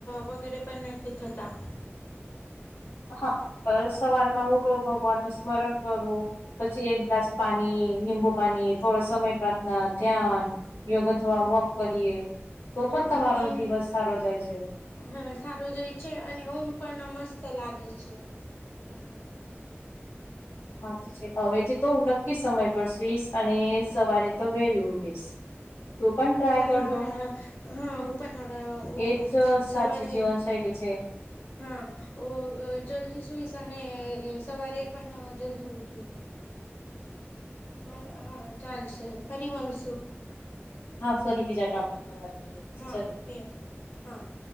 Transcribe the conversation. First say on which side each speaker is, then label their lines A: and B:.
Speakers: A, on the left; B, on the left.
A: વગેરે પણ નઈ તે થતાં
B: હા પર સવાર માં ઉઠવો ભગવાન નું સ્મરણ કરવું પછી એક ગ્લાસ પાણી નીબુ પાણી થોડો સમય પ્રાર્થના ધ્યાન, યોગ અથવા
A: હા
B: વોક કરીએ તો પણ
A: હા
B: તમારો
A: એની
B: દિવસ સારો જાય છે
A: હા સારો જાય છે અને ઊંઘ પણ મસ્ત લાગે છે એનાથી
B: હા તો છે હવેથી તો હું નક્કી સમય પર સુઈશ અને સવારે તો વેલી ઉઠીશ તું
A: હા
B: પણ ટ્રાય
A: હું
B: કરજો
A: આવડા હા હું પણ આવડા
B: એજ સાચી
A: સવારે
B: જીવન શૈલી છે <inaudible>
A: હા જલ્દી સુઇસ અને એસવારે પણ જલ્દી ઉઠી મને હા ચાલશે ફરી મળશું
B: હા ફરી બીજા ટોપિક પર વાત કરીએ <unintelligible>
A: હા ફે હા